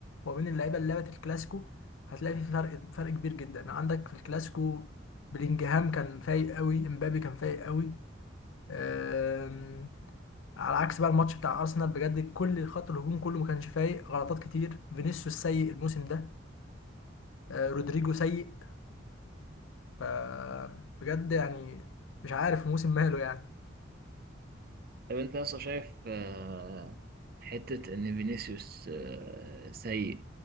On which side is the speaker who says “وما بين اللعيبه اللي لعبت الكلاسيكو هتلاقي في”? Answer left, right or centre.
Left